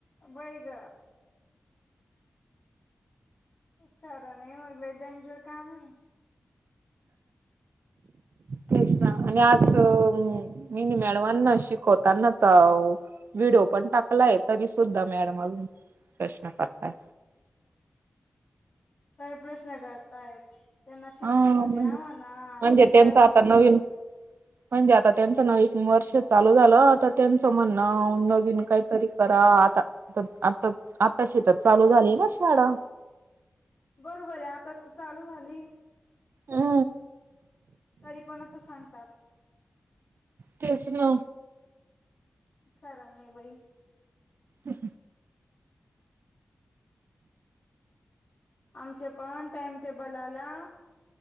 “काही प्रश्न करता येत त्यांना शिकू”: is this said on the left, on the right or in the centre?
Left